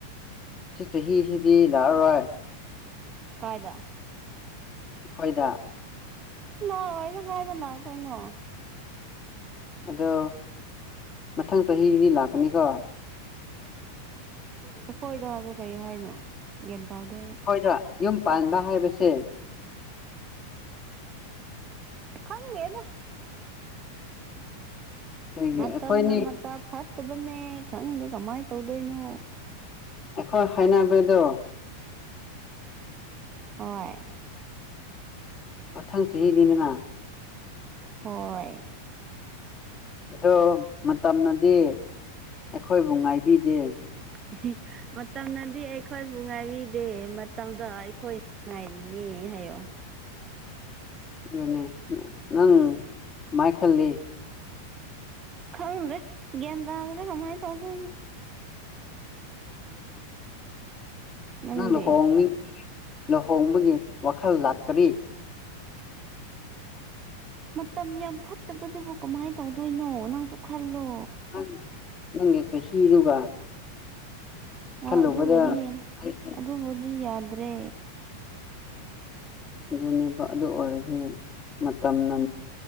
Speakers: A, on the left; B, on the right.
A: ꯁꯤꯆꯍꯤꯁꯤꯗꯤ ꯂꯥꯛꯑꯔꯣꯏ
B: ꯀꯥꯏꯗ
A: ꯑꯈꯣꯏꯗ
B: ꯂꯥꯛꯑꯣꯏꯗ ꯀꯥꯏꯗ ꯂꯥꯛꯇꯣꯏꯅꯣ
A: ꯑꯗꯣ ꯃꯊꯪ ꯆꯍꯤꯗꯤ ꯂꯥꯛꯀꯅꯤꯀꯣ
B: ꯑꯩꯈꯣꯏꯗ ꯍꯥꯏꯕꯗꯣ ꯀꯔꯤ ꯍꯥꯏꯅꯣ ꯒ꯭ꯌꯥꯟ ꯇꯥꯗꯦ ꯑꯩ
A: ꯑꯩꯈꯣꯏꯗ ꯌꯨꯝ ꯄꯥꯟꯕ ꯍꯥꯏꯕꯁꯦ
B: ꯈꯪꯗꯦꯗ
A: ꯀꯔꯤꯒꯤ
B: ꯃꯇꯝꯅ
A: ꯑꯩꯈꯣꯏꯅꯤ
B: ꯃꯇꯝ ꯐꯠꯇꯕꯅꯦ ꯈꯪꯗꯦ ꯀꯃꯥꯏꯅ ꯇꯧꯗꯣꯏꯅꯣ
A: ꯑꯩꯈꯣꯏ ꯍꯥꯏꯅꯕꯗꯣ
B: ꯍꯣꯏ
A: ꯃꯊꯪ ꯆꯍꯤꯅꯤꯗꯅ
B: ꯍꯣꯏ
A: ꯑꯗꯣ ꯃꯇꯝꯅꯗꯤ ꯑꯩꯈꯣꯏꯕꯨ ꯉꯥꯏꯕꯤꯗꯦ
B: ꯑꯍꯤ ꯃꯇꯝꯅꯗꯤ ꯑꯩꯈꯣꯏꯕꯨ ꯉꯥꯏꯕꯤꯗꯦ ꯃꯇꯝꯗꯣ ꯑꯩꯈꯣꯏ ꯉꯥꯏꯔꯤꯅꯦ ꯍꯥꯏꯌꯣ
A: ꯑꯗꯨꯅꯦ ꯅꯪ ꯀꯃꯥꯏ ꯈꯜꯂꯤ
B: ꯈꯪꯗ꯭ꯔꯦ ꯒ꯭ꯌꯥꯟ ꯇꯥꯗꯔꯦ ꯀꯃꯥꯏꯅ ꯇꯧꯗꯣꯏꯅꯣ ꯅꯪꯗꯤ
A: ꯅꯪ ꯂꯨꯍꯣꯡꯅꯤꯡ ꯂꯨꯍꯣꯡꯕꯒꯤ ꯋꯥꯈꯜ ꯂꯥꯛꯇꯔꯤ
B: ꯃꯇꯝ ꯌꯥꯝ ꯐꯠꯇꯕꯗꯨꯕꯨ ꯀꯃꯥꯏꯅ ꯇꯧꯗꯣꯏꯅꯣ ꯅꯪꯁꯨ ꯈꯜꯂꯣ
A: ꯅꯪ ꯅꯪꯒꯤ ꯆꯍꯤꯗꯨꯒ ꯈꯜꯂꯨꯕꯗ
B: ꯑꯣ ꯑꯗꯨꯕꯨꯗꯤ
A: ꯑꯩꯗꯤ
B: ꯑꯗꯨꯕꯨꯗꯤ ꯌꯥꯗ꯭ꯔꯦ
A: ꯑꯗꯨꯅꯦꯕ ꯑꯗꯨ ꯑꯣꯏꯔꯗꯤ ꯃꯇꯝꯅ